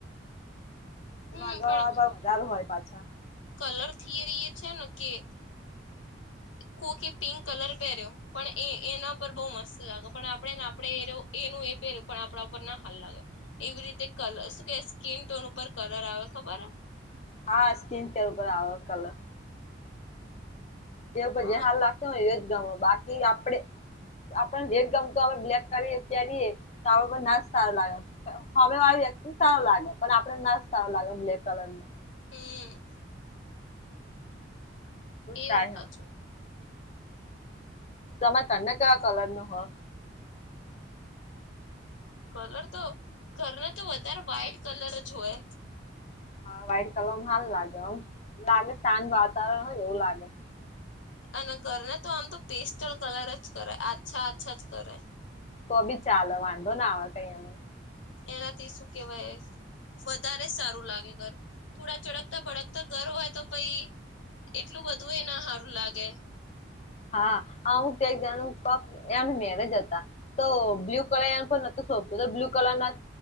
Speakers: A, on the left; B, on the left.
A: માગ
B: હમ પણ
A: વધારેો હોય પાછા.
B: કલર થિયરી એ છે ને કે કોખી પિંક કલર પહેર્યો પણ એ એના પર બહ મસ્ત લાગ્યો પણ આપણે ને આપડે એ્યો એનું એ પેર પણ આપણા ઉપર ના હાલ લાગે. એવી રીતે કલર શું કે સ્કીિન ટોન ઉપર કલર આવે ખબર હ
A: હા સ્કીન કેર ઉપર આવે કલર. જે પ
B: હા
A: હાલ લાગતો હોય એ જ ગમે બાકી આપડે આપડ રેડ ગમતોું બ્લેક કરીએ્યારેએ તો ના જ સારો લાગે. હવે વાળ વ્યક્તિ સારો લાગે પણ આપડે ના જ સારો લાગે બ્લેક કલર નો
B: હમ એવું
A: થાય
B: ક
A: હ
B: છું.
A: તમામે કને કવા કલર નું હો.
B: કલર તો ઘરના તો વધારે વ્હાઈટ કલર જ હોય.
A: હા વ્હાઈટ કલરમાં હાલ લાગેમ લાગે શાંત વાતાવરણ હોય એવું લાગે.
B: અને ઘરને તો આમ તો પેસ્ટલ કલર જ કરાય આચ્છા અ્છા જ કરાય.
A: તો બી ચાલે વાંધો ના આવે કઈ અમે.
B: એનાથી શું કેવાય? વધારે સારું લાગે ઘર થોડા ચડકતા ભડકતા ઘર હોય તો પછ. એટલું બધું એ ના સારું લાગે.
A: હા અમુક ત એક જણ ક એ મેઘ જ હતા. તો બ્લ્યુ કલર પણ સોતો તો બ્લુ કલર ના